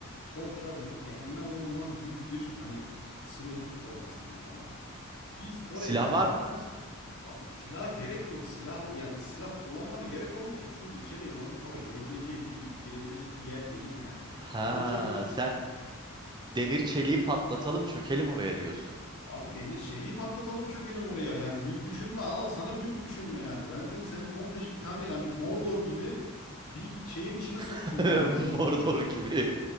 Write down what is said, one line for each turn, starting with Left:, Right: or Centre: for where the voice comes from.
Left: koca bir yani inanılmaz büyük bir hani sınır koruması gibi tamam mı? Biz oraya
Right: Silah
Left: girdikten
Right: var mı?
Left: sonra abi silaha gerek yok. Silah yani silah kullanmana gerek olmayacak. Çünkü içeriye zombi falan girebileceği bir girebilecek bir yer değil yani.
Right: Ha,
Left: Koca bir
Right: sen Demir çeliği patlatalım çökelim oraya diyorsun.
Left: Abi demir çeliği patlatalım çökelim oraya. Yani büyük düşünme al sana büyük düşünme yani. Ben seni, seni komple bir tane yani Mordor gibi bir şeyin içine soktum
Right: <laughs>
Left: yani anladın
Right: Mordor
Left: mı?
Right: gibi.